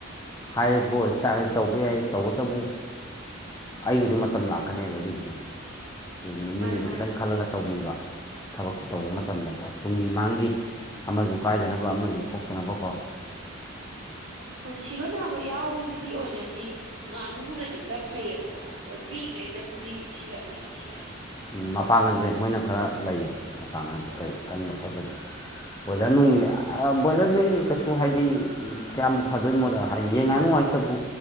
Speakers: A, on the left; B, on the right.
A: ꯍꯥꯏꯔꯤꯕꯣꯏ ꯇꯥꯛꯔꯒꯗꯤ ꯇꯧꯕ ꯌꯥꯏ ꯇꯧꯕꯇꯕꯨ ꯑꯩꯒꯤꯁꯨ ꯃꯇꯝ ꯂꯥꯛꯀꯅꯦꯕ ꯑꯗꯨꯗꯨꯅ ꯑꯗꯨꯅ
B: ꯃꯥꯅꯤ
A: ꯃꯤꯒꯤꯁꯨꯦ
B: ꯃꯥꯅꯤ
A: ꯈꯤꯇꯪ ꯈꯜꯂꯒ ꯇꯧꯕꯤꯕ ꯊꯕꯛꯁꯦ ꯇꯧꯕ ꯃꯇꯝꯗꯀꯣ ꯇꯨꯡꯒꯤ ꯃꯥꯡꯒꯤ ꯑꯃꯁꯨ ꯀꯥꯏꯗꯅꯕ ꯑꯃꯁꯨ ꯁꯣꯛꯇꯅꯕꯀꯣ
B: ꯁꯤꯕ ꯅꯥꯕ ꯌꯥꯎꯕꯁꯤꯒꯤ ꯑꯣꯏꯅꯗꯤ ꯉꯥꯅꯨꯅꯗꯤ ꯈꯔ ꯐꯩꯌꯦꯕꯀꯣ ꯍꯣꯏ ꯄꯤꯛꯉꯩꯗꯕꯨꯗꯤ ꯁꯤꯒꯂ
A: ꯁꯤꯌꯥꯅꯤ ꯃꯄꯥꯡꯒꯜꯁꯦ ꯃꯣꯏꯅ ꯈꯔ ꯂꯩꯌꯦ ꯃꯄꯥꯡꯒꯜ
B: ꯍꯣꯏ
A: ꯀꯩ ꯀꯟꯕ ꯈꯣꯠꯄꯁꯦ ꯕꯣꯏꯂꯔ ꯅꯨꯡꯒꯤ ꯕꯣꯏꯂꯔꯁꯦ ꯀꯩꯁꯨ ꯍꯥꯏꯗꯤ ꯀꯌꯥꯝꯕꯨ ꯐꯗꯣꯏꯅꯣꯗ ꯍꯥꯏꯗꯤ ꯌꯦꯡꯉꯅꯨ ꯍꯥꯏꯁꯤꯇꯕꯨ